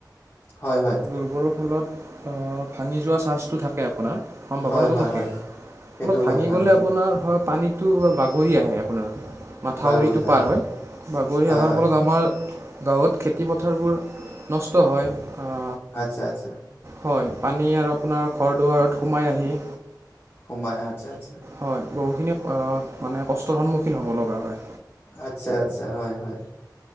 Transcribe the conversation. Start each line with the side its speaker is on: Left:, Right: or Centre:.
Left: হয় হয়
Right: দুৰ্বলৰ ফলত অ ভাঙি যোৱা চান্সটো থাকে। তাকে আপোনাৰ সম্ভাৱনাটো
Left: হয় হয়
Right: থাকে
Left: হয় সেইটো
Right: অলপ
Left: হয়
Right: ভাঙি
Left: হয়
Right: গ'লে আপোনাৰ হয় পানীত টো বাগৰি আহে আপোনাৰ। মাথাউৰিটো
Left: বাগৰি যায়
Right: পাৰ হয় বাগৰি
Left: হয়
Right: অহাৰ
Left: হয়
Right: ফলত আমাৰ গাঁৱত খেতি পথাৰবোৰ। নষ্ট হয় আ
Left: আচ্ছা আচ্ছা
Right: হয় পানী আৰু আপোনাৰ ঘৰ দুৱাৰ সোমাই আহি
Left: সুমায় আছে
Right: হয় বহুখিনি অ মানে কষ্টৰ সন্মুখীন হ'ব লগা হয়
Left: আচ্ছা আচ্ছা হয় হয়